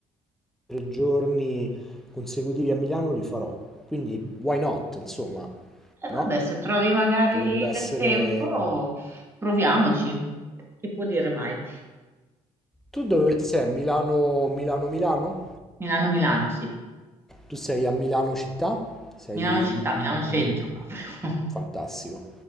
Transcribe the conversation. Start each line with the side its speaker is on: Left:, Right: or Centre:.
Centre: tre giorni consecutivi a Milano li farò. Quindi, why not, insomma,
Right: E vabbè,
Centre: no?
Right: se trovi magari
Centre: Potrebbe essere...
Right: del tempo, proviamoci. Chi può dire mai?
Centre: Tu dove sei? Milano, Milano, Milano?
Right: Milano-Milano, sì.
Centre: Tu sei a Milano città? Sei...
Right: Milano città,
Centre: in-
Right: Milano
Centre: in-
Right: centro
Centre: di-
Right: proprio. <laughs>
Centre: Fantastico.